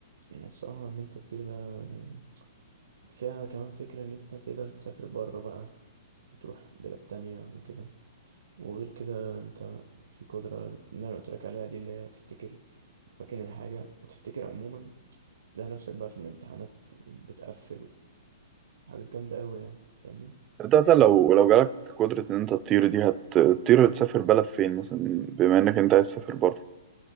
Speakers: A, on the right; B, on the right.
A: أنا بصراحة ان انت تطير ده يعني فيها كمان فكرة ان انت تقدر تسافر بره بقى وتروح بلاد تانية وكده وغير كده انت في قدرة اللي انا قلتلك عليها دي اللي هي تفتكر مكان الحاجة وتفتكر عموما تلاقي نفسك بقى في الامتحانات بتقفل حاجات جامدة أوي يعني فاهمني
B: انت مثلا لو لو جالك قدره ان انت تطير دي هتطير تسافر بلد فين مثلا بما انك انت عايز تسافر بره